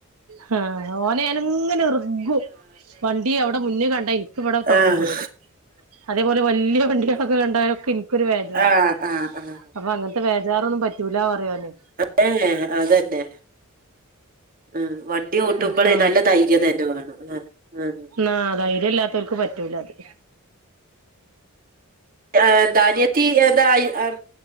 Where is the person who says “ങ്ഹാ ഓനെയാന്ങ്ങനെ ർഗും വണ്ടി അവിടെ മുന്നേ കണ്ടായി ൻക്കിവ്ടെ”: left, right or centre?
Right